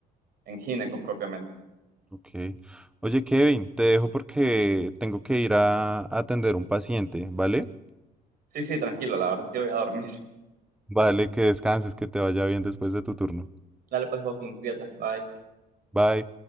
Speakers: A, on the right; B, in the centre.
A: en gineco propiamente.
B: Ok. Oye, Kevin, te dejo porque tengo que ir a a atender un paciente, ¿vale?
A: Sí, sí, tranquilo, la verdad es que voy a dormir.
B: Vale, que descanses, que te vaya bien después de tu turno.
A: <laughs> Dale pues, Joaquín, cuídate, bye.
B: Bye.